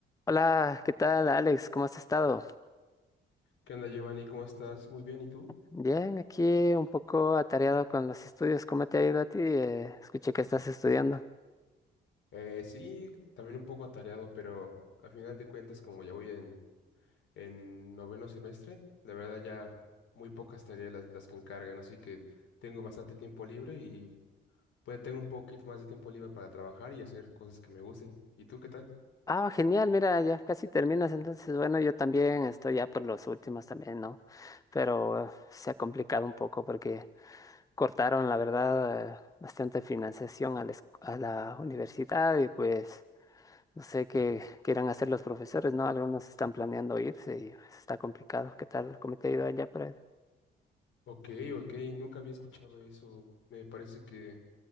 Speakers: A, on the left; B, on the left.
A: Hola, ¿qué tal, Alex? ¿Cómo has estado?
B: ¿Qué onda, Giovanni? ¿Cómo estás? Muy bien, ¿y tú?
A: Bien, aquí un poco atareado con los estudios. ¿Cómo te ha ido a ti? Eh, escuché que estás estudiando.
B: Eh, sí, también un poco atareado, pero a final de cuentas, como ya voy en, en noveno semestre, la verdad ya muy pocas tareas las, las que encargan, así que tengo bastante tiempo libre y pues tengo un poquito más de tiempo libre para trabajar y hacer cosas que me gusten. ¿Y tú qué tal?
A: Ah, genial, mira, ya casi terminas. Entonces, bueno, yo también estoy ya por los últimos también, ¿no? Pero eh, se ha complicado un poco porque cortaron, la verdad, eh, bastante financiación a la, esc- a la universidad y pues no sé qué quieran hacer los profesores, ¿no? Algunos están planeando irse y pues, está complicado. ¿Qué tal? ¿Cómo te ha ido allá por ahí?
B: Ok, ok, nunca había escuchado eso. Me parece que